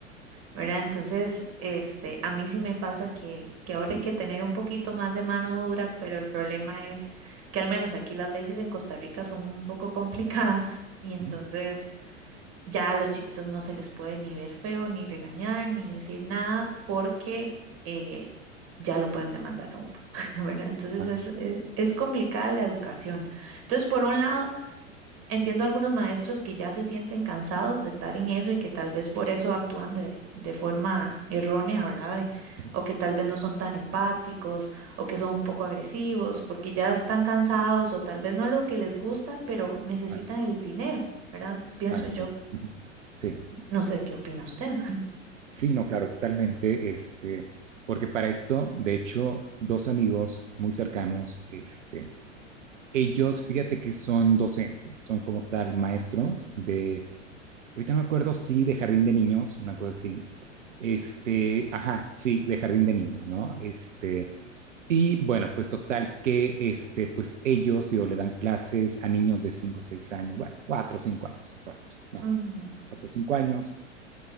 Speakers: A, on the right; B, on the right.
A: ¿verdad? Entonces, este, a mí sí me pasa que, que ahora hay que tener un poquito más de mano dura, pero el problema es que al menos aquí las leyes en Costa Rica son un poco <laughs> complicadas y entonces
B: ujú,
A: ya a los chiquitos no se les puede ni ver feo, ni regañar, ni decir nada, porque eh, ya lo pueden demandar a uno, <laughs> ¿verdad? Entonces
B: ajá,
A: es, es, es complicada la educación. Entonces, por un lado, entiendo a algunos maestros que ya se sienten cansados de estar en eso y que tal vez por eso actúan de, de forma errónea, ¿verdad? Y-
B: ujú.
A: O que tal vez no son tan empáticos o que son un poco agresivos porque ya están cansados o tal vez no es lo que les gusta, pero necesitan
B: Ah,
A: el dinero, ¿verdad? Pienso
B: claro,
A: yo.
B: sí. Ujú. Sí.
A: No sé qué opina usted.
B: Sí, no, claro, totalmente, este, porque para esto, de hecho, dos amigos muy cercanos, este, ellos, fíjate que son docentes, son como tal maestros de, ahorita no me acuerdo si de jardín de niños, una cosa así, este, ajá, sí, de jardín de niños, ¿no? Este, y bueno, pues total que, este, pues ellos, digo, le dan clases a niños de cinco, o 6 años, bueno, 4 o 5 años, aprox, ¿no?
A: Ujú,
B: cuatro o cinco años